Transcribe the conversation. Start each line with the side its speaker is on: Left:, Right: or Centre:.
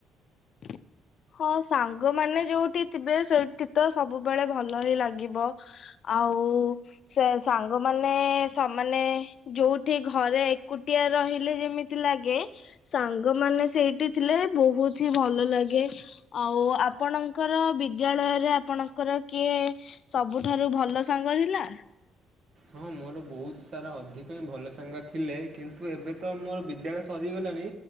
Left: <inaudible> ହଁ ସାଙ୍ଗମାନେ ଯୋଉଠି ଥିବେ ସେଇଠି ତ ସବୁବେଳେ ଭଲ ହିଁ ଲାଗିବ ଆଉ ଆଉ ସେ ସାଙ୍ଗମାନେ ସେମାନେ ଯୋଉଠି ଘରେ ଏକୁଟିଆ ରହି ଯେମିତି ଲାଗେ ସାଙ୍ଗମାନେ ସେଇଠି ଥିଲେ ବହୁତ ଭଲ ଲାଗେ ଆଉ ଆପଣଙ୍କର ବିଦ୍ୟାଳୟରେ ଆପଣଙ୍କର କିଏ ସବୁଠାରୁ ଭଲ ସାଙ୍ଗ ଥହେଲା?
Right: ହଁ ମୋର <inaudible> ଅଧିକ ହି ଭଲ ସାଙ୍ଗ ଥିଲେ କିନ୍ତୁ ଏବେ ତ ମୋର ବିଦ୍ୟାଳୟ ସରିଗଲାଣି